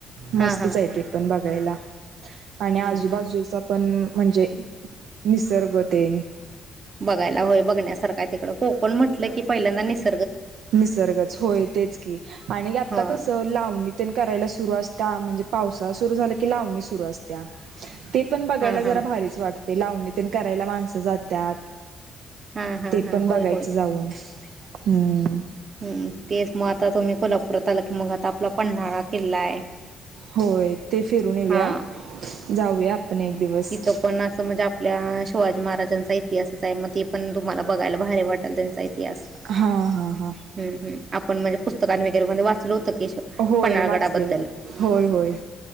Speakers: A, on the right (about 75°); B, on the right (about 40°).
A: मस्त
B: हां हां
A: जाय ते पण बघ अ गेला आणि आजूबाजूचा
B: हां
A: पण म्हणजे निसर्गतेन
B: बघायला होय बघण्यासारखं तिकड कोकण म्हटलं कि पहिल्यांदा निसर्ग
A: निसर्गच होय तेच की आणि आता
B: हो
A: कसं लावणी तेन करायला सुरू असत त्या म्हणजे पावसाळा सुरु झालं की लावणी सुरु असत्या ते पण बघायला
B: हां हां
A: जरा भारीच वाटते ते लावणी तेन करायला माणसं जातात
B: हां हां
A: ते
B: हां
A: पण
B: होय
A: बघायचं जाऊन हम्म
B: हम् तेच म आता तुम्ही कोल्हापुरात आला की मग आता पन्हाळा किल्ला आहे
A: होय ते फिरून येऊया
B: हां
A: जाऊया एक दिवस
B: तिथं पण असं म्हणजे आपल्या शिवाजी महाराजांचा इथ त असंच आहे मग ते पण तुम्हाला बघायला भारी वाटेल त्यांचा
A: हां हां हां
B: म्म हम्म आपण म्हणजे पुस्तकां मध्ये वगैरे वाचलो तर
A: होय
B: पन्हाळगडाबद्दल
A: वाचलेलं होय होय